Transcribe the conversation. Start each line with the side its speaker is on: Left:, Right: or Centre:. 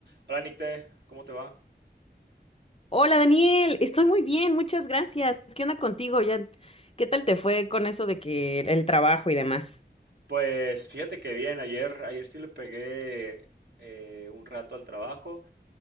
Right: Hola Nicte, ¿cómo te va?
Left: Hola Daniel, estoy muy bien, muchas gracias. ¿Qué onda contigo? Ya, ¿qué tal te fue con eso de que el trabajo y demás?
Right: Pues fíjate que bien, ayer, ayer sí le pegué eh, un rato al trabajo,